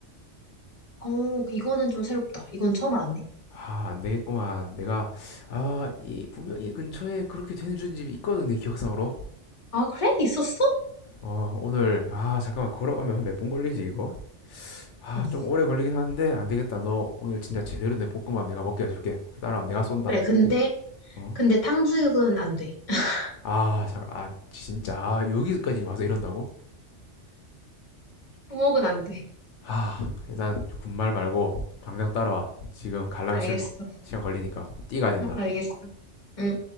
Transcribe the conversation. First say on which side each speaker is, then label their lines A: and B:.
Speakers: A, on the left; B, on the left.
A: 어, 이거는 좀 새롭다. 이건 처음 알았네.
B: 아, 안 되겠구만. 내가 아, 이 분명히 근처에 그렇게 해주는 집이 있거든 내 기억상으로.
A: 아, 그래? 있었어?
B: 어, 오늘 아, 잠깐만 걸어가면 한 몇 분 걸리지 이거? 아,
A: 응.
B: 좀 오래 걸리긴 하는데 안 되겠다. 너 오늘 진짜 제대로 내 볶음밥 내가 먹게 해줄게. 따라와. 내가 쏜다.
A: 그래, 근데,
B: 어?
A: 근데 탕수육은 안 돼. <laughs>
B: 아, 잠깐, 아, 진짜, 아, 여기까지 와서 이런다고?
A: 부먹은 안 돼.
B: 아, 일단 군말 말고 당장 따라와. 지금 갈라면
A: 알겠어.
B: 시간 좀 시간 걸리니까 뛰어가야 된다.
A: 응, 알겠어. 응.